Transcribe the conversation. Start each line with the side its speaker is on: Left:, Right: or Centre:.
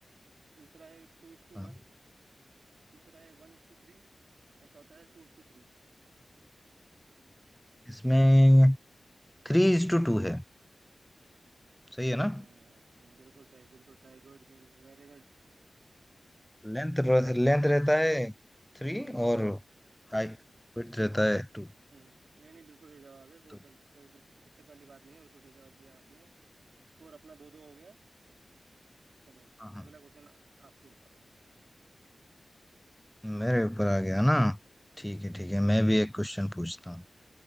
Right: दूसरा है टू इज टू
Centre: हाँ
Right: वन तीसरा है वन इज टू थ्री और चौथा है टू इज टू थ्री
Centre: इसमें थ्री इज टू टू है सही
Right: हम्म
Centre: है ना
Right: बिल्कुल सही बिल्कुल सही good good good very good
Centre: लेंथ
Right: very
Centre: लेंथ
Right: good
Centre: रहता है थ्री
Right: हम्म
Centre: और हाइट विड्थ रहता है टू
Right: हम्म नहीं नहीं बिल्कुल सही जवाब है कोई
Centre: तो
Right: गलत कोई गल- दिक्कत वाली बात नहीं है बिल्कुल सही जवाब दिया आपने स्कोर अपना दो दो हो गया है। चलो
Centre: हाँ हाँ
Right: अगला क्वेश्चन आपके ऊपर
Centre: मेरे ऊपर आ गया ना
Right: हम्म
Centre: ठीक है ठीक है मैं भी एक क्वेश्चन पूछता हूँ